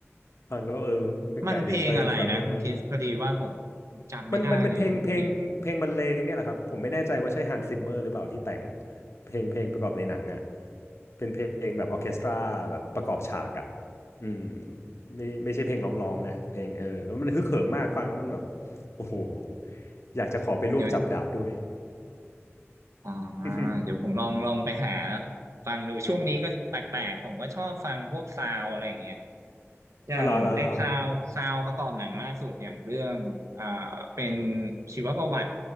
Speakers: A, on the left; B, on the right.
A: ฟังแล้วแบบเออคือกายเดเตอร์ฟังแล้วเออ
B: มันเพลงอะไรนะคุณคริสพอดีว่าผมจำไม่ได้เลยเรื่องเพลง
A: มันมันเป็นเพลงเพลงเพลงบรรเลงเนี่ยแหละครับผมไม่แน่ใจว่าใช่ฮันส์ซิมเมอร์หรือเปล่าที่แต่งเพลงเพลงประกอบในหนังอ่ะเป็นเพลงแบบออร์เคสตราแบบประกอบฉากอ่ะอืมไม่ไม่ใช่เพลงร้องๆนะเพลงเออแล้วมันฮึกเหิมมากฟังแล้วมันแบบโอ้โหอยากจะขอไปร่วมจับดาบด้วย
B: เดี๋ยว อ่า
A: <laughs>
B: เดี๋ยวผมลองลองไปหาฟังดูช่วงนี้ก็แปลกๆผมก็ชอบฟังพวกซาวอะไรอย่างเงี้ยอย่างไอ้ซาวซาวประกอบหนังล่าสุดอย่างเรื่องอ่า
A: อ๋อเหรอเหรอเหรอ
B: เป็นชีวประวัติ